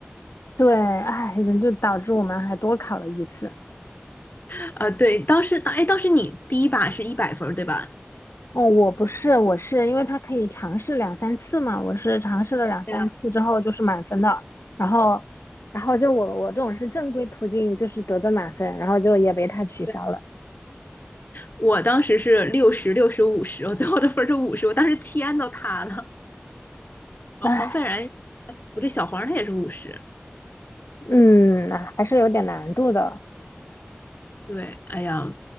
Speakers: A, on the left (about 80°); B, on the left (about 45°).
A: 对，哎，人就导致我们还多考了一次。
B: <laughs> 呃，对，当时哎当时你第一把是一百分儿对吧？
A: 哦，我不是，我是因为他可以尝试两三次嘛，我是尝试了两三次之后就是满分的，
B: 对呀，
A: 然后，然后就我我这种是正规途径，就是得的满分，然后就也被他取消了。
B: 对，我当时是六十六十五十，我最后的分儿是五十，我当时天都塌了。呃，
A: 唉，
B: 黄斐然，呃不对，小黄他也是五十，
A: 嗯，还是有点难度的。
B: 对，哎呀，